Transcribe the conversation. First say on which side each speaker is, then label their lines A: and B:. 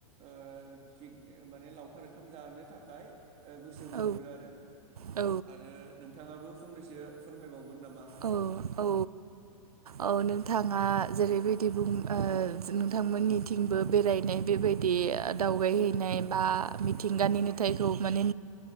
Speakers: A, on the right; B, on the right.
A: ओ माने लावखार ओंखाम जानो थाखाय ओ गोसो बोहरो
B: औ
A: आरो
B: औ
A: आरो नोंथाङाबो फंनैसो फोरमायबावगोन नामा?
B: औ औ औ नोंथाङा जेरैबायदि बुं ओ नोंथांमोननिथिंबो बेरायनाय बेबायदि दावबायहैनाय बा मिथिंगानि नुथाय खौ माने